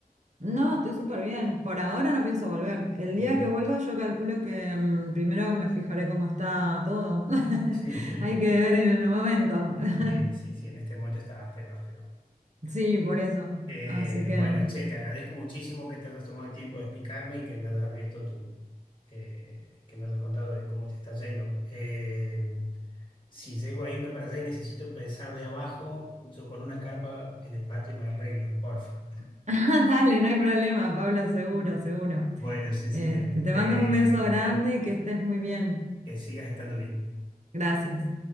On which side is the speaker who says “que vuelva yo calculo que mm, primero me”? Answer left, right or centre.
Right